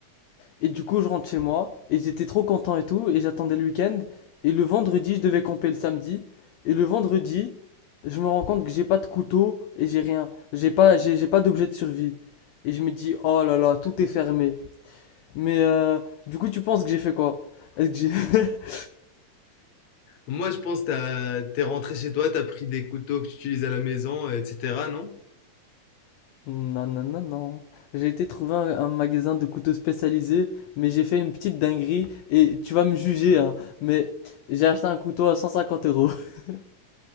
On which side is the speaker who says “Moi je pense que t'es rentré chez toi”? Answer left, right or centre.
Left